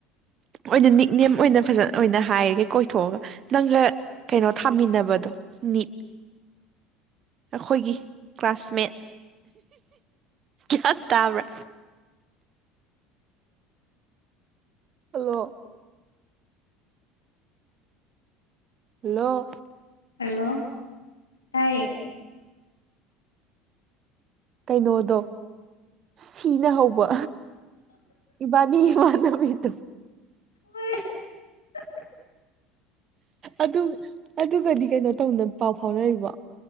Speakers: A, on the right (about 40°); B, on the left (about 80°).
A: ꯑꯣꯏꯅ ꯅꯤꯛꯅꯦꯝ ꯑꯣꯏꯅ ꯐꯖꯅ ꯑꯣꯏꯅ ꯍꯥꯏꯔꯒꯦ ꯀꯣꯏꯊꯣꯛꯑꯒ ꯅꯪꯒ ꯀꯩꯅꯣ ꯊꯥꯃꯤꯟꯅꯕꯗꯣ ꯅꯤꯠ ꯑꯩꯈꯣꯏꯒꯤ ꯀ꯭ꯂꯥꯁꯃꯦꯠ ꯀꯌꯥꯁ ꯇꯕꯔꯥ ꯍꯜꯂꯣ ꯍꯜꯂꫭ
B: ꯍꯜꯂꫭ ꯇꯥꯏꯌ‌ꯦ
A: ꯀꯩꯅꯣꯗꯣ ꯁꯤꯅ ꯍꯧꯕ ꯏꯕꯥꯅꯤ ꯏꯃꯥꯟꯅꯕꯤ ꯗꫭ
B: ꯑ <unintelligible>
A: ꯑꯗꯨ ꯑꯗꯨꯒꯗꯤ ꯀꯩꯅꯣ ꯇꯧꯅ ꯄꯥꯎ ꯐꯥꯎꯅꯔꯤꯕꯣ